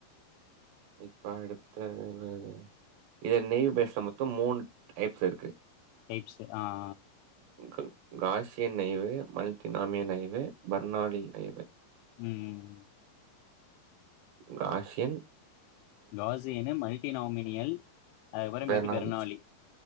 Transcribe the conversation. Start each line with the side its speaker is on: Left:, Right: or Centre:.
Right: இப்ப அடுத்த இன்னாது இத நெய் பேஸ்ல மொத்து மூணு டைப்ஸ இருக்கு
Left: டைப்ஸு ஆஆ
Right: அங்கள் Gaussian naive multinomial naive Bernoulli naive
Left: ம்ம்ம்
Right: காஷியன்
Left: காஜியன்னு மல்டி நாமினியல் அத்பறமேட்டு
Right: பெர்னாலி.
Left: பெற்னாளி